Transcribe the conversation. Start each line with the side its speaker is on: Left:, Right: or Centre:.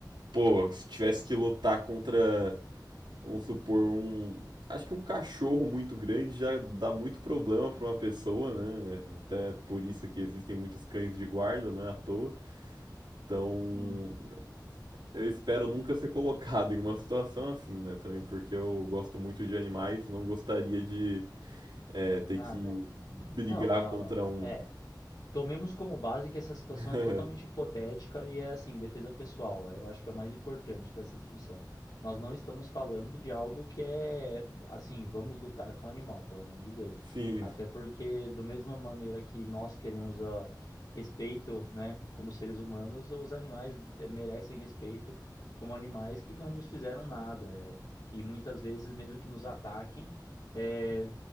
Right: pô, se tivesse que lutar contra, vamos supor, um. Acho que um cachorro muito grande já dá muito problema para uma pessoa, né? Até por isso que existem muitos cães de guarda, não é à toa. Então,
Left: Hum.
Right: eu espero nunca ser colocado em uma situação assim, né? Também porque eu gosto muito de animais, não gostaria de é, ter
Left: Ah,
Right: que
Left: não.
Right: brigar
Left: Não, não,
Right: contra
Left: não.
Right: um.
Left: É, Tomemos como base que essa situação
Right: <laughs>
Left: é totalmente hipotética e é assim, defesa pessoal. Eu acho que é o mais importante dessa discussão. Nós não estamos falando de algo que é assim, vamos lutar com o animal, pelo amor de Deus.
Right: Sim,
Left: Até porque, do mesma maneira que nós queremos ah, respeito, né, como seres humanos, os animais eh, merecem respeito como animais que não nos fizeram nada. eh, E muitas vezes, mesmo que nos ataquem, é,